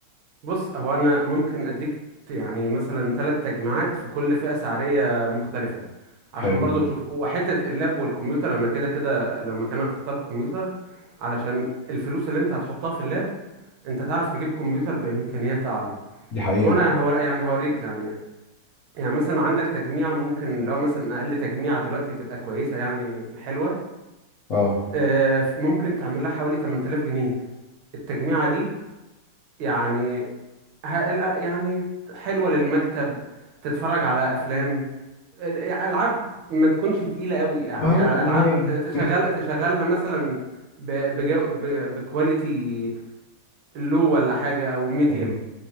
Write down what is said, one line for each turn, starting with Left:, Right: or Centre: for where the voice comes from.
Right: بص هو انا ممكن اديك يعني مثلا ثلاث تجميعات في كل فئة سعرية مختلفة
Left: حلو
Right: عشان برضو تشوف وحتة اللاب والكمبيوتر انا كده كده لما كان اختار الكمبيوتر علشان الفلوس اللي انت هتحطها في اللاب انت تعرف تجيب كمبيوتر بامكانيات اعلى
Left: دي حقيقة
Right: وانا هو يعني هوريك يعني يعني مثلا عندك تجميع ممكن لو مثلا اقل تجميع دلوقتي تبقى كويسة يعني حلوة
Left: اه
Right: آه، ممكن تعمل لها حوالي 8000 جنيه التجميعة دي يعني ه- ال- يعني حلوة للمكتب تتفرج على أفلام ال- ألعاب ما تكونش تقيلة قوي يعني
Left: ما هو
Right: أل- ألعاب
Left: ما هي
Right: ت- تشغل
Left: ما
Right: تشغلها مثلا ب- بجو ب- بكواليتي لو ولا حاجة أو ميديوم
Left: هي